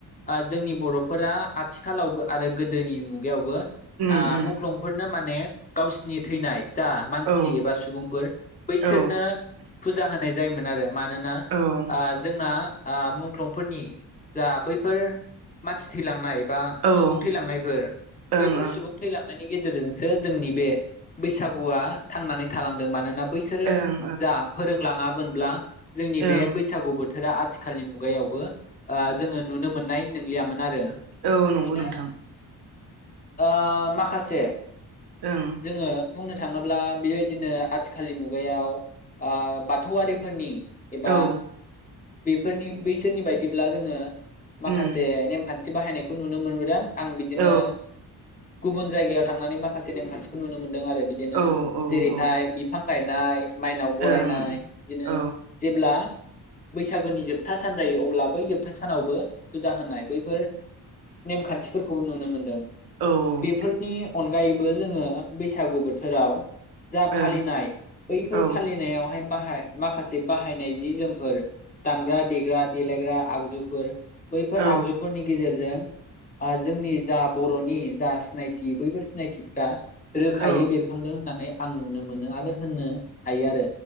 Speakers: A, on the left; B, on the right.
A: <inaudible> जोंनि बरफोरा आथिखालावबो आरो गोदोनि मुगायावबो
B: उम उम
A: मुंख्लंफोरनो माने गावसिनि थैनाय जा मानसि
B: औ
A: एबा सुबुंफोर बैसोरनो
B: औ
A: फुजा होनाय जायोमोन आरो मानोना
B: औ ओं
A: ओ जोंना ओ मख्लंफोरनि जा बैफोर मानसि थैलांनाय बा
B: ओं
A: सुबुं थैलांनायफोर
B: ओं
A: बैफोर सुबुं थैलांनायनि गेजेरजोंसो जोंनि बे बैसागुआ थांनानै थालांदों बैसोरो
B: ओं
A: जा फोरोंलाङामोनब्ला जोंनि बे
B: ओं
A: बैसागु बोथोरा आथिखालनि मु मुगायावबो जोङो नुनो मोननाय नंलियामोन आरो
B: औ
A: बिदिनो
B: नंगौ नोंथां <inaudible>
A: ओ माखासे
B: ओं
A: जोङो बुंनो थाङोब्ला बेबायदिनो आथिखालनि मुगायाव ओ बाथौआरिफोरनि एबा
B: औ
A: बेफोरनि बैसोरनि बायदिब्ला जोङो माखासे
B: उम
A: नेमखान्थि मसि बाहायनायखौ नुनो मोनबोदों आं बिदिनो
B: औ
A: गुबुन जायगायाव थांनानै माखासे नेमखान्थिखौ नुनो मोनदों आरो बिदिनो
B: औ औ
A: जेरैहाय बिफां गायनाय माइनाव बरायनाय
B: ओं
A: बिदिनो
B: औ
A: जेब्ला बैसागोनि जोबथ जोबथा सान जायो अब्ला बै जोबथा सानावबो फुजा होनाय बैफोर नेम खान्थिफोरखौ खौ नुनो मोनदों
B: ओं
A: बेफोरनि अनगायैबो जोङो बैसागु बोथोराव जा
B: औ
A: फालिनाय बैफोर
B: औ
A: फालिनायावहाय बाहाय माखासे बाहायनाय जि जोमफोर दामग्रा देग्रा देलायग्रा आगजुफोर बैफोर
B: औ
A: आगजुफोरनि गेजेरजों जोंनि जा बरनि जा सिनायथि बैफोर सिनायथिफ्रा रोखायै
B: औ
A: बेरखांदों होननानै आं नुनो मोनो आरो होननो हायो आरो